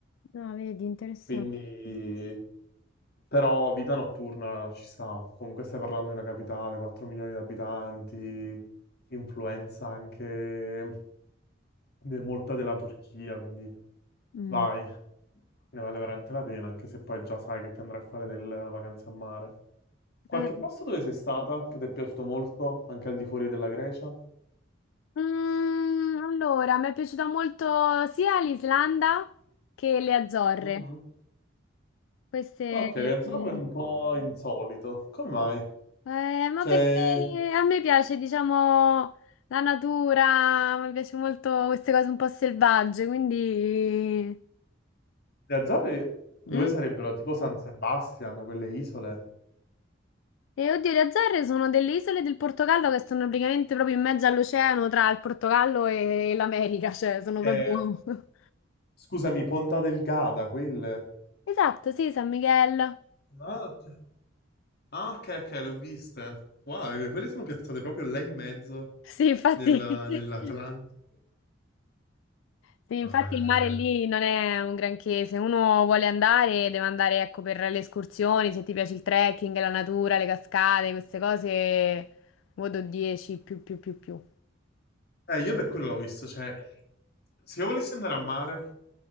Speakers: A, on the left; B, on the left.
A: No, vedi, interessante.
B: Quindi, però vita notturna ci sta. Comunque stai parlando di una capitale, 4 milioni di abitanti, influenza anche de- molta della Turchia, quindi
A: Mm.
B: vai, ne vale veramente la pena, anche se poi già sai che ti andrai a fare delle vacanze a mare. Qualche
A: Eh,
B: posto dove sei stata che ti è piaciuto molto, anche al di fuori della Grecia?
A: Mm, allora, mi è piaciuta molto sia l'Islanda che le Azzorre.
B: Mhm.
A: Queste...
B: Ok, Riazzorro
A: mm,
B: è un po' insolito. Come mai?
A: eh, ma
B: Cioè,
A: perché a me piace, diciamo, la natura, mi piace molto queste cose un po' selvagge, quindi...
B: Le Azzorre dove
A: Mm?
B: sarebbero? Tipo San Sebastian, quelle isole?
A: E oddio, le Azzorre sono delle isole del Portogallo che stanno praticamente proprio in mezzo all'oceano tra il Portogallo e l'America, cioè sono
B: Eh,
A: proprio... <laughs>
B: Scusami, Ponta Delgada, quelle.
A: Esatto, sì, San Miguel.
B: ah, ok, Ah, ok, ok, le ho viste. Wow, eh, quelle sono piazzate proprio là in mezzo,
A: Sì, infatti...
B: nel-
A: <laughs>
B: nell'Atlantico.
A: Sì, infatti
B: No, eh.
A: il mare lì non è un granché, se uno vuole andare deve andare ecco, per le escursioni, se ti piace il trekking, la natura, le cascate, queste cose, voto 10 più più più più.
B: Eh, io per quello l'ho visto, cioè, se io volessi andare a mare,